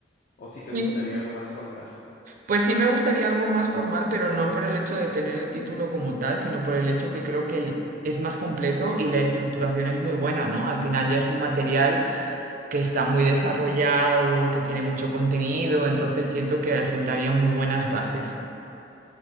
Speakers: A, on the left; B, on the right.
A: O si te
B: Sí.
A: gustaría algo más formal.
B: Pues sí me gustaría algo más formal, pero no por el hecho de tener el título como tal, sino por el hecho que creo que el- es más completo y la estructuración es muy buena, ¿no? Al final ya es un material que está muy desarrollado, que tiene mucho contenido, entonces siento que asentaría muy buenas bases.